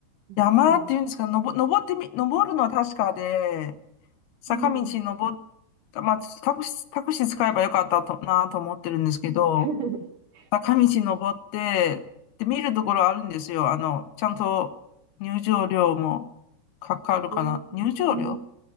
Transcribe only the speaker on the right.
山に登
うん。
<laughs>
うーん。